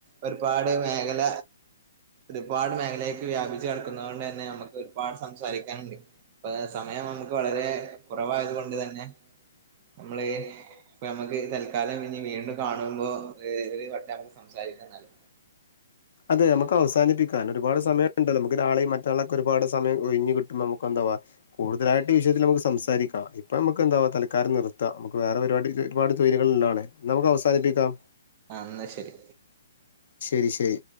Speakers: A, on the right; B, on the left.
A: ഒരുപാട് മേഖല ഒരുപാട് മേഖലയിൽ വ്യാപിച്ച് കിടക്കുന്നത് കൊണ്ടു തന്നെ നമുക്ക് ഒരുപാട് സംസാരിക്കാനുണ്ട്. സമയം നമുക്ക് വളരെ കുറവായത് കൊണ്ട് തന്നെ നമ്മള് ഇപ്പ നമുക്ക് തൽക്കാലം ഇനി വീണ്ടും കാണുമ്പോ <unintelligible> നമുക്ക് സംസാരി രിക്ക എന്നാല്
B: അതെ നമുക്ക് അവാനിപ്പിക്കാം. ഒരുപാട് സമയം ണ്ടല്ലോ നമുക്ക് നാളെയും മറ്റന്നാളുമൊക്കെ ഒരുപാട് സമയം ഒഴിഞ്ഞ് കിട്ടുമ്പോ നമുക്ക് എന്താ കൂടുതലായിട്ട് വിഷയത്തിൽ നമുക്ക് സംസാരിക്കാം ഇപ്പൊ നമുക്ക് എന്താ തൽക്കാലം നിർത്താം വേറെ പരിപാടി <unintelligible> ഒരുപാട് തൊഴില്കളുള്ളതാണ് നമുക്ക് അവസാനിപ്പിക്കാം
A: ആ എന്നാ ശരി
B: ശരി ശരി